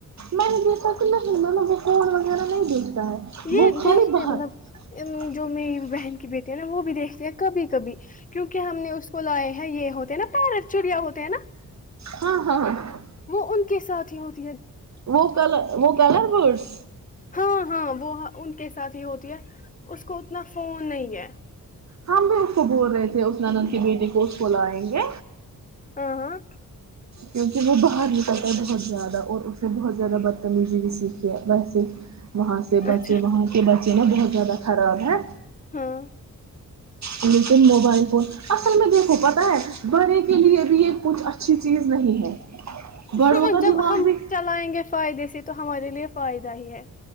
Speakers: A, on the right; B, on the left.
A: مانے <unintelligible> اتنا مو وہ فڑ وغیرہ نہیں بیچتا ہے
B: یہ
A: وہ کھالے
B: دیکھتے
A: باہر
B: ہیں مطلب
A: <unintelligible>
B: جو میری کی بیٹی ہے نا وہ بھی دیکھتے ہیں کبھی کبھی <unintelligible> کیونکہ ہم نے اس کو لایا ہی <unintelligible> یہ ہوتے ہیں نا پیرٹ چڑیا ہوتے ہیں نا <unintelligible>
A: ہاں ہاں ہاں <unintelligible>
B: وہ ان کے سات ہی ہوتا <unintelligible>
A: وہ کل وہ کلر بورس
B: ہاں ہاں وہ ان کے ساتھ ہی ہوتی ہے اس کو اتنا فون نہیں ہے
A: ہم بھی اس کو بول رہے تھے اس نند کی بیٹی کو اس کو لائیں گے
B: ہ ہاں
A: کیونکہ وہ باہر نکلتا ہے بہت زیادہ اور اس سے بہت زیادہ بدتمیزی بھی سیکھتے ویسے وہاں سے بچے
B: اچھا
A: وہاں کے بچے نا بہت زیادہ خراب ہےاں
B: ہاں
A: <inaudible> لیکن موبائل فون اصل میں دیکھو پتا ہے بڑے کے لیے بھی یہ کچھ اچھی چیز نہیں ہے بڑوں
B: ہ
A: کا
B: جب
A: دماغ
B: ہم
A: بھی
B: چلائیں گے فائدے سے تو ہمارے لیے فائدہ ہی ہے